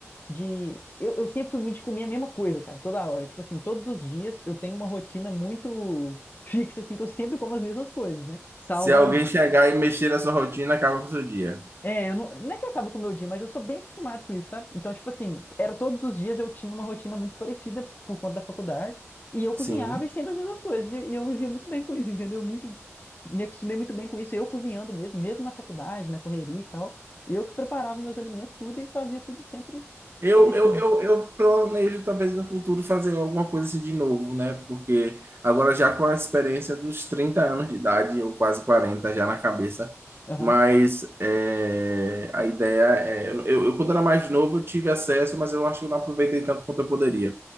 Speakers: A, on the left; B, on the right.
A: de... Eu, eu sempre fui muito de comer a mesma coisa, cara, toda hora. Tipo assim, todos os dias eu tenho uma rotina muito fixa, assim, que eu sempre como as mesmas coisas, né? Salvo
B: Se alguém
A: as,
B: chegar e mexer na sua rotina, acaba com o seu dia.
A: é, eu não, não é que acaba com o meu dia, mas eu sou bem acostumado com isso, sabe? Então, tipo assim, era todos os dias eu tinha uma rotina muito parecida por conta da faculdade, e eu cozinhava
B: Sim.
A: e sempre as mesmas coisas, e, e eu vivia muito bem com isso, entendeu? Muito, me acostumei muito bem com isso, eu cozinhando mesmo, mesmo na faculdade, na correria e tal, eu que preparava meus alimentos, tudo, e fazia tudo sempre
B: Eu,
A: parecido.
B: eu, eu, eu planejo talvez no futuro fazer alguma coisa assim de novo, né? Porque agora já com a experiência dos 30 anos de idade, ou quase 40 já na cabeça,
A: Aham,
B: mas é, a ideia é. Eu, eu, quando era mais novo, eu tive acesso, mas eu acho que eu não aproveitei tanto quanto eu poderia.